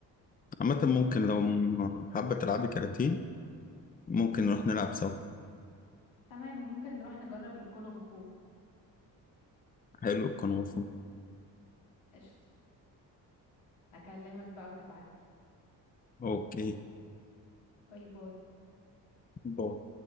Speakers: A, on the left; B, on the left.
A: عامة ممكن لو م- حابة تلعبي كاراتيه ممكن نروح نلعب سوا
B: تمام ممكن نروح نجرب الكونغ فو
A: حلو الكونغ فو
B: قشطه هكلمك بقى وتبعتلي
A: اوكي
B: باي باي
A: باي